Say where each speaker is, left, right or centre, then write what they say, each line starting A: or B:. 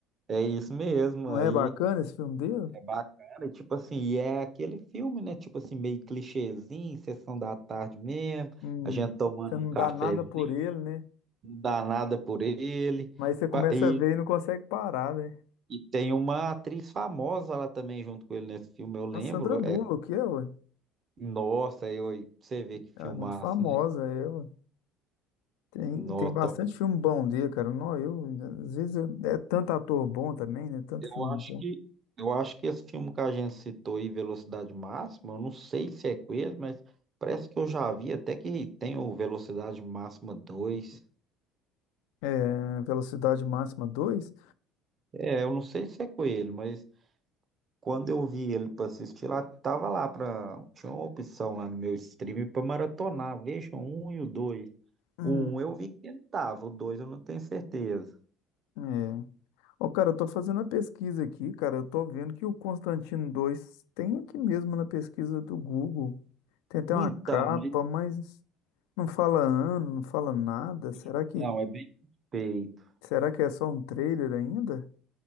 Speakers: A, on the right (about 40°); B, on the left (about 80°).
A: é isso mesmo.
B: Não
A: Aí
B: é bacana esse filme dele?
A: É bacana, e tipo assim, e é aquele filme, né? Tipo assim, meio clichêzinho, sessão da tarde mesmo,
B: Hum,
A: a gente tomando
B: você
A: um
B: não
A: cafezinho,
B: dá nada por ele, né?
A: não dá nada por ele.
B: Mas você começa
A: Pa- E,
B: a ver e não consegue parar, né?
A: e tem uma atriz famosa lá também junto com ele nesse filme, eu lembro.
B: A Sandra Bullock,
A: É,
B: é, ué,
A: nossa, eu, você vê que
B: ela
A: filmaço,
B: é muito famosa,
A: né?
B: é, ué. Tem,
A: No,
B: tem bastante
A: top.
B: filme bom dele, cara. Não, eu, às vezes eu- é tanto ator bom também, né? Tanto
A: Eu
B: filme
A: acho
B: bom.
A: que, eu acho que esse filme que a gente citou aí, Velocidade Máxima, eu não sei se é com ele, mas parece que eu já vi até que tem o Velocidade Máxima 2.
B: É, Velocidade Máxima dois.
A: É, eu não sei se é com ele, mas quando eu vi ele pra assistir lá, tava lá pra. Tinha uma opção lá no meu stream pra maratonar. Vejam o um e o dois.
B: Hum,
A: O um eu vi que ele tava, o dois eu não tenho certeza.
B: é. Ó, cara, eu tô fazendo a pesquisa aqui, cara. Eu tô vendo que o Constantino dois tem aqui mesmo na pesquisa do Google. Tem até
A: Então,
B: uma capa,
A: mas-
B: mas não fala ano, não fala nada. Será
A: então
B: que,
A: é bem suspeito.
B: será que é só um trailer ainda?